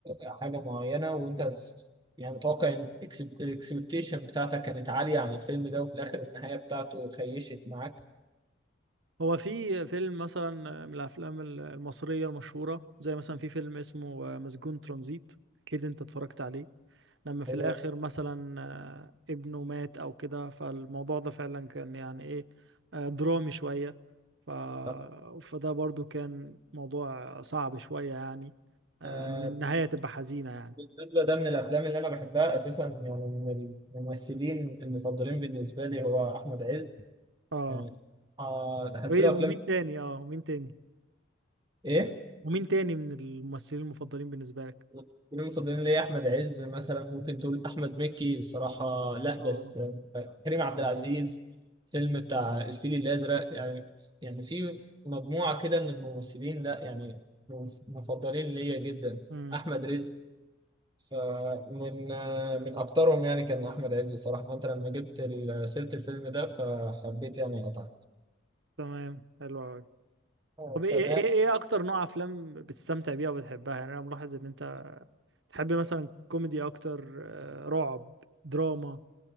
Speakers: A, on the right; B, on the right.
A: حاجه معينه وانت ف- يعني متوقع ان الاكسبكتيشن بتاعتك كانت عاليه عن الفيلم ده وفي الاخر النهايه بتاعته خيشت معاك
B: هو في فيلم مثلا من الافلام المصرية المشهورة زي مثلا في فيلم اسمه مسجون ترانزيت اكيد انت اتفرجت عليه لما في
A: هو
B: الاخر مثلا آه، ابنه مات او كده فالموضوع ده فعلا كان يعني ايه آه، درامي شوية ف...
A: طب
B: فده برضو كان موضوع صعب شوية يعني آه،
A: آه،
B: ان النهاية
A: بالنسبه
B: تبقى حزينة يعني
A: بالنسبة ده من الافلام اللي انا بحبها اساسا يعني من الممثلين المفضلين بالنسبه لي هو احمد عز
B: اه
A: يعني آه، دخلت
B: وايه
A: له
B: ده
A: افلام
B: ومين تاني اه ومين تاني
A: ايه
B: ومين تاني من الممثلين المفضلين بالنسبة لك
A: المفضلين المفضلين ليا احمد عز مثلا ممكن تقول احمد مكي بصراحه لا بس
B: اه
A: آه، كريم عبد العزيز فيلم بتاع الفيل الازرق يعني يعني في مجموعه كده من الممثلين لا يعني مفضلين ليا جدا
B: امم
A: احمد رزق فمن آه، من اكترهم يعني كان احمد عز بصراحه فانت لما جبت ال- سيره الفيلم ده فحبيت يعني اقطعك
B: تمام حلو أوي
A: آه،
B: طب ايه
A: تمام
B: ايه ايه اكتر نوع افلام بتستمتع بيها وبتحبها يعني انا ملاحظ ان انت تحب مثلا كوميدي اكتر آه، رعب دراما